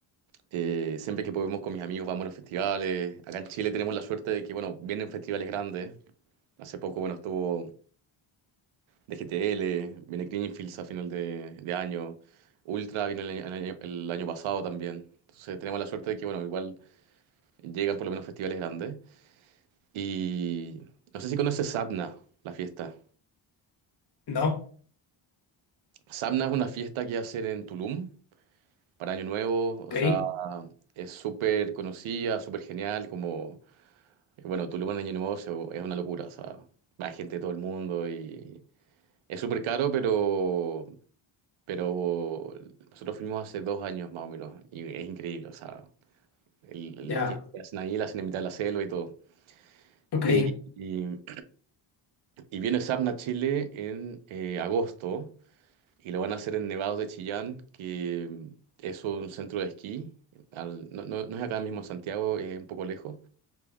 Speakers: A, on the right; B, on the left.
A: Eh, siempre que podemos con mis amigos vamos a los festivales. Acá en Chile tenemos la suerte de que, bueno, vienen festivales grandes. Hace poco, bueno, estuvo D G T L, viene Greenfields a final de, de año, Ultra vino el, año, el año- el año pasado también. Entonces tenemos la suerte de que, bueno, igual llegan por lo menos festivales grandes. Y no sé si conoces Sabna, la fiesta.
B: No,
A: Sabna es una fiesta que hacen en Tulum. para Año Nuevo, o
B: ok,
A: sea, es súper conocida, súper genial, como, eh, bueno, Tulum en Año Nuevo se- es una locura, o sea, va gente de todo el mundo y es súper caro, pero, pero nosotros fuimos hace dos años más o menos y es increíble, o sea, el-
B: ya,
A: la fiesta que hacen ahí, la hacen en mitad de la selva y todo.
B: ok.
A: Y, y, y viene Sapna a Chile en eh, agosto. Y lo van a hacer en Nevados de Chillán, que mm, es un centro de esquí. al- no, no- no es acá mismo en Santiago, es un poco lejos.